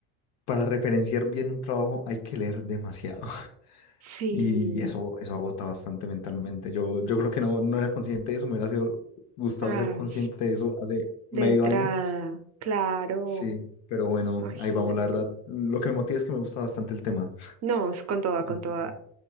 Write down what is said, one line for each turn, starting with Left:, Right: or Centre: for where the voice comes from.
Left: para referenciar bien un trabajo hay que leer demasiado <laughs>
Right: Sí.
Left: y eso, eso agota bastante mentalmente. Yo, yo creo que no, no era consciente de eso, me hubiera sido- gustado
Right: Ay,
Left: ser consciente de eso hace medio
Right: de entrada,
Left: año,
Right: claro,
Left: sí, pero bueno,
Right: imagínate.
Left: ahí vamos, la verdad. Lo que me motiva es que me gusta bastante el tema.
Right: No, es con toda,
Left: Ujú.
Right: con toda.